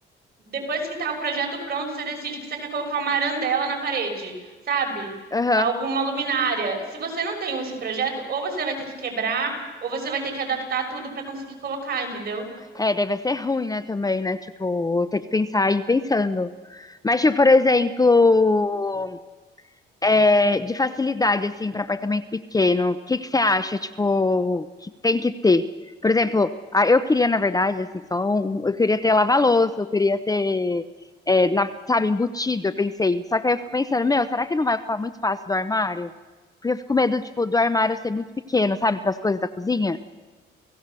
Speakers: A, on the right (about 55°); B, on the left (about 20°).
A: depois que tá o projeto pronto, você decide que você quer colocar uma arandela na parede, sabe?
B: Aham.
A: Alguma luminária. Se você não tem esse projeto, ou você vai ter que quebrar, ou você vai ter que adaptar tudo para conseguir colocar, entendeu?
B: É, daí vai ser ruim, né, também, né? Tipo, ter que pensar e ir pensando. Mas, tipo, por exemplo. é, de facilidade, assim, para apartamento pequeno, o que que você acha, tipo, que tem que ter? Por exemplo, a- eu queria, na verdade, assim, só um, um, eu queria ter lava-louça, eu queria ter, é, na- sabe, embutido, eu pensei. Só que aí eu fico pensando, meu, será que não vai ocupar muito espaço do armário? Porque eu fico com medo, tipo, do armário ser muito pequeno, sabe, para as coisas da cozinha.